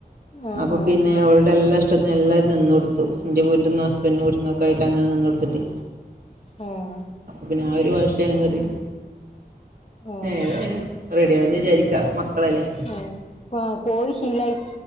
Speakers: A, on the left (about 40°); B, on the right (about 60°).
A: ആഹ്
B: അപ്പൊ
A: ആഹ്
B: പിന്നെ ഓൾടെ എല്ലാം ഇഷ് ഇഷ്ടത്തിന് എല്ലാവും നിന്നടുത്തു എൻ്റെ വീട്ടന്നും ഹസ്ബൻഡ് വീട്ടിൽന്നക്കെ ആയിട്ട് അങ്ങന നിന്നടുത്തിട്ട്
A: ആഹ്.
B: പിന്നെ ആ ഒരു വാശിയാന്നറിയും,
A: ആഹ്
B: ഏതായാലും റെഡിയാകുന്ന് വിചാരിക്ക മക്കളല്ലേ.
A: ഏഹ്, ആഹ് പോയിഷീലായി,